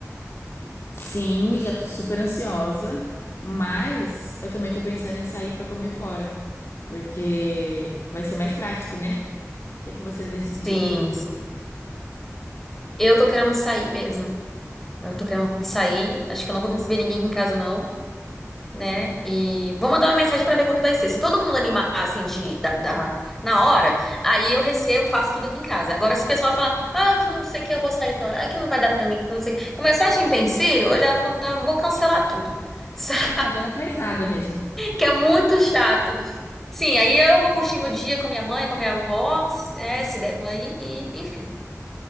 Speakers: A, on the left; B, in the centre.
A: Sim, já tô super ansiosa, mas eu também tô pensando em sair pra comer fora, porque vai ser mais prático, né? O que é que você decidiu?
B: Sim, sim. Eu tô querendo sair mesmo. Eu tô querendo sair. Acho que eu não vou receber ninguém aqui em casa, não, né? E vou mandar uma mensagem para ver qual que vai ser. Se todo mundo animar, assim, de, da, da- na hora, aí eu recebo, faço tudo aqui em casa. Agora, se o pessoal falar, ah, que não sei o que eu vou sair tal hora, ah, que não vai dar para mim, que não sei. o que", Começar de empecilho, eu já vou, já vou cancelar tudo, <laughs> sabe?
A: Ah, já não faz nada mesmo.
B: Que é muito chato. Sim, aí eu vou curtir meu dia com a minha mãe, com a minha avó, é, se der pela aí, e enfim.